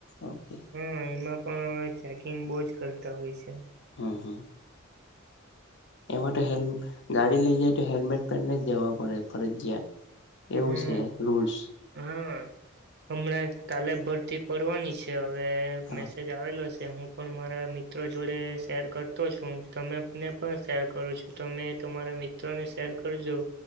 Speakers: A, on the left; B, on the right.
A: ઓકે.
B: હા એમાં પણ ચેકિંગ બઉ જ કરતા હોય છે.
A: હમ હમ. એમાં તો હે ગાડી લઈ જાય તો હેલ્મેટ પહેરને જવા પડે ફરજિયાત. એવું
B: હમ
A: છે રૂલ્સ.
B: હા હમણાં કાલે ભરતી કરવાડવાની છે. તે હવે
A: હા
B: મેસેજ આવેલો છે હું પણ મારા મિત્રો જોડે શેર કરતો છું. તમેને પણ શેર કરો છો તમે તમારા મિત્રોને શેર કરજો.